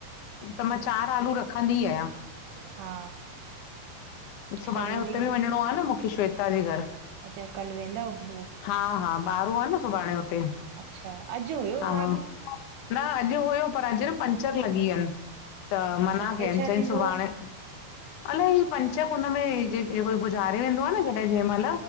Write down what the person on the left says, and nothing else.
त मां चारि आलू रखंदी आहियां।
सुभाणे
हुते बि
वञणो आ न मूंखे श्वेता जे घर।
हा हा ॿारहो आ न सुभाणे हुते।
हा
न अॼु हुयो, पर अॼु न पंचर लॻी वियन। त
मना
कयन
चयन
सुभाणे
<unintelligible> अलाए ही <unintelligible> त हुनॼ में <unintelligible> गुजारे वेंदो आ न जॾहिं जहैं महिल